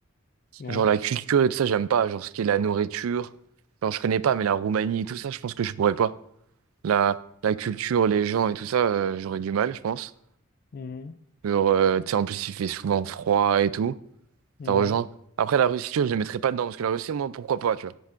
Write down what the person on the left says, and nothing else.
Ouais.
Mhm.
Ouais.